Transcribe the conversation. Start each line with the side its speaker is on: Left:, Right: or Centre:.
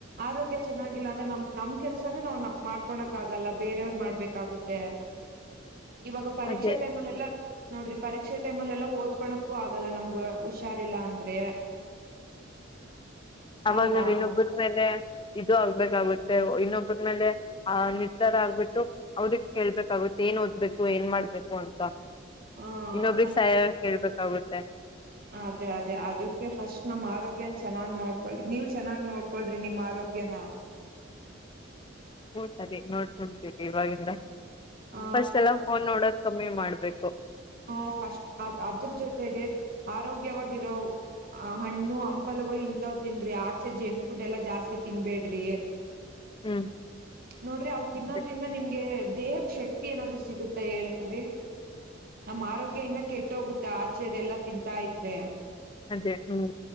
Right: ಆರೋಗ್ಯ ಚೆನ್ನಾಗಿಲ್ಲ ಅಂದ್ರೆ ನಮ ನಮ್ ಕೆಲ್ಸನ ನಾವ್ ಮಾಡ್ಕೊಕ್ ಆಗಲ್ಲ ಬೇರೆಯವ್ರ ಮಾಡ್ಬೇಕಾಗುತ್ತೆ ಇವಾಗ ಪರೀಕ್ಷಾ
Left: ಅದೇ
Right: ಟೈಮ್ ಅಲ್ಲೆಲ್ಲಾ ನೋಡ್ರಿ ಪರೀಕ್ಷೆ ಟೈಮ್ಲ್ ಎಲ್ಲ ಓದ್ಕೋಳಕ್ಕೂ ಆಗಲ್ಲ ನಮ್ಗ ಹುಷಾರಿಲ್ಲ ಅಂದ್ರೆ
Left: ಅವಾಗ
Right: ಅಲ್ವಾ
Left: ನಾವ್ ಇನ್ನೊಬ್ರ ಮೇಲೆ ಇದು ಆಗ್ಬೇಕಾಗುತ್ತೆ ಇನ್ನೊಬ್ಬರಮೇಲೆ ಆ ನಿರ್ಧಾರ ಆಗ್ಬಿಟ್ಟು ಅವ್ರಗ್ ಕೇಳ್ಬೇಕಾಗುತ್ತೆ ಏನ್ ಓದ್ಬೇಕು ಏನ್ ಮಾಡ್ಬೇಕು ಅಂತ
Right: ಹ
Left: ಇನ್ನೊಬ್ರಿಗೆ
Right: ಹಂಗಂತ
Left: ಸಹಾಯ ಕೇಳ್ಬೇಕು ಗೊತ್ತಾಗುತ್ತೆ
Right: ಅದೇ ಅದೇ ಅದಕ್ಕೆ ಫಸ್ಟ್ ನಮ್ ಆರೋಗ್ಯನ ಚೆನ್ನಾಗ್ ನೋಡ್ಕೊಳ್ರಿ ನೀವ ಚೆನ್ನಾಗ್ ನೋಡ್ಕೊಳ್ರಿ ನಿಮ್ಮ ಆರೋಗ್ಯನ
Left: ಹ್ಮ್ ಸರಿ ನೋಡ್ಕೊಡ್ತೇವಿ ಇವಾಗಿಂದ
Right: ಆ
Left: ಫಸ್ಟ್ ಎಲ್ಲ ಫೋನ್ ನೋಡದು ಕಮ್ಮಿ ಮಾಡ್ಬೇಕು
Right: ಹ ಫಸ್ಟ್ ಅದ್ ಅದ್ರ ಜೊತೆಗೆ ಆರೋಗ್ಯವಾಗಿರೋ ಆ ಹಣ್ಣು ಹಂಪಲುಗಳು ಇಂತ ತಿಂದ್ರಿ ಆಚೆ ಜಂಕ್ ಫುಡ್ ಎಲ್ಲಾ ಜಾಸ್ತಿ ತಿನ್ಬೇಡ್ರಿ
Left: ಹ್ಮ್
Right: ನೋಡ್ರಿ ಅವ ತಿನ್ನೋದ್ರಿಂದ
Left: ಅದೇ
Right: ನಿಮ್ಗೆ ದೇಹಕ್ ಶಕ್ತಿ ಏನಾದ್ರು ಸಿಗುತಾ ಹೇಳಿ ನಮ್ಮ್ ಆರೋಗ್ಯ ಇನ್ನ ಕೆಟ್ಟ ಹೋಗುತ್ತೆ ಆಚೆ ಅದೆಲ್ಲಾ ತಿಂತಾ ಇದ್ರೆ
Left: ಅದೇ ಹ್ಮ್